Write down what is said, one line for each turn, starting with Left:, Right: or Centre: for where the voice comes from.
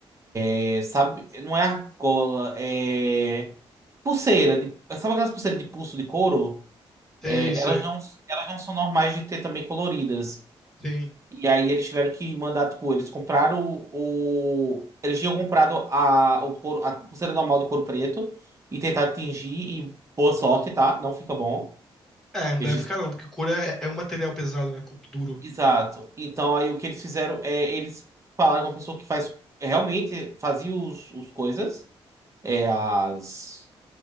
Right: É, sabe, não é argola, é pulseira, de, sabe aquelas pulseiras de pulso de couro?
Centre: É
Right: É,
Centre: isso
Right: elas
Centre: aí.
Right: não, elas não são normais de ter também coloridas.
Centre: Sim.
Right: E aí eles tiveram que mandar, tipo, eles compraram o, o- eles tinham comprado a, o couro, a pulseira normal de couro preto e tentar tingir e boa sorte, tá? Não fica bom.
Centre: É, não
Right: Eles
Centre: deve
Right: dis-
Centre: ficar não, porque cura é, é um material pesado, né? com- Duro.
Right: Exato. Então aí o que eles fizeram é eles falaram com a pessoa que faz realmente fazia os, os coisas, é as